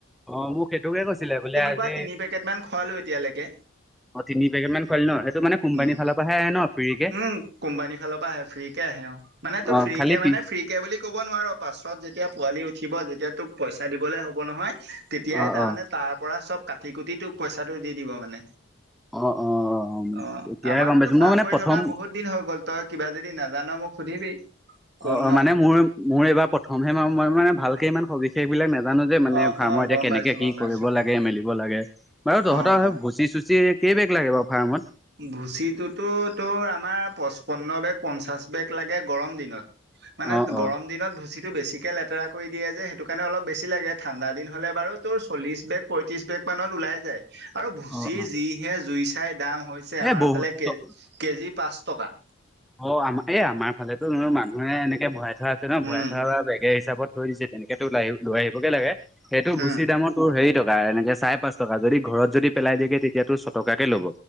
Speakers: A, in the centre; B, on the right.
A: অ 'মোক সেইটোকে কৈছিলে বোলে। আজি
B: ককা তিনি পেকেটমান খোৱালোঁ এতিয়ালৈকে।
A: অ তিনি পেকেট মান খোৱালি ন সেইটো মানে কোম্পানীৰ
B: উম,
A: ফালৰ পৰাহে আহে ন ফ্ৰীকে
B: উম কোম্পানীৰ ফালৰ পৰা আহে ফ্ৰী কে আহে মানে তোৰ
A: অ
B: ফ্ৰী
A: খালি
B: কে মানে
A: পিছ
B: ফ্ৰী কে বুলি ক'ব নোৱাৰো পাছত যেতিয়া পোৱালি উঠিবয়া এতিয়া তোক পইচা দিবলে হ'ব নহয় তেতিয়াই
A: অ
B: তাৰ
A: অ
B: মমানে তাৰ পৰা চব কাটি কুটি তোক পইচাটো দি দিব মানে।
A: অ 'অ'
B: অ
A: এতিয়াহে
B: আমাৰোতো
A: গম পাইছো
B: ফাৰ্ম
A: মই মানে
B: কৰি
A: প্ৰথম
B: থকা বহুত দিন হৈ গ'ল। তই কিবা যদি নাজান মোক সুধিবি কম
A: অ, অ
B: ন
A: মানে মোৰ মোৰ এইবাৰ প্ৰথমহে মই মানে ভালকে ইমান সবিচে এইবিলাক নো জানো যে মানে
B: অ
A: ফাৰ্মৰ
B: অ
A: এতিয়া
B: গম
A: কেনেকে
B: পাইছো গম
A: কি
B: পাইছো
A: কৰিব লাগে
B: অ
A: মেলিব লাগে। বাৰু তহঁতৰ
B: অ', অ',
A: ভুচি চুচি কেই বেগ লাগে বাৰু। ফাৰ্মত
B: ভুচিটোতো তোৰ আমাৰ পচপন্ন বেগ পঞ্চাশ বেগ লাগে গৰম দিনত মানে
A: অ অ
B: গৰম দিনত ভুচি বেছিক লেতেৰা কৰি দে যে সেইটো কাৰণে অলপ বেছি লাগে ঠাণ্ডা দ হ'লে বাৰু ত চলিছ বেগ পয়ত্ৰিছ বেগ। মানত ওলাই যায়। আৰু ভুচি
A: অ অ
B: যিহে জুই চাই দাম হৈছে আমাৰ
A: এ বহুত
B: ফালে কে কেজি পাচ টকা।
A: অ, আম এই আমাৰ ফালেতো নো মানুহে এনেকে ভৰাই থোৱা আছে ন
B: উম,
A: ভৰাই থোৱা বেগে হিচাপত থৈ দিছে তেনেকেতোওল লৈ আহিবগে লাগে সেইটো
B: উম।
A: গুচি দামৰ তোৰ হেৰি দ এনেকে চাৰে পাচ টকা যদি ঘৰত যদি পেলাই দিয়েতিয়াো ছটকাকে ল'ব।